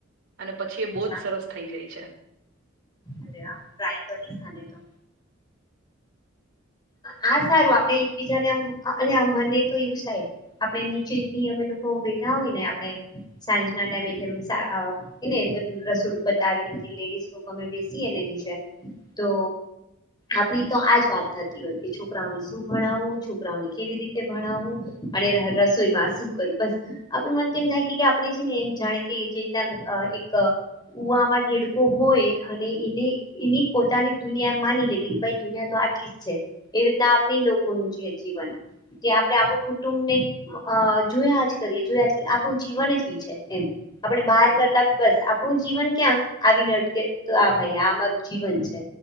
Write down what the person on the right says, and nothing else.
અને પછી એ
બહુ જ સરસ થઈ જાય છે.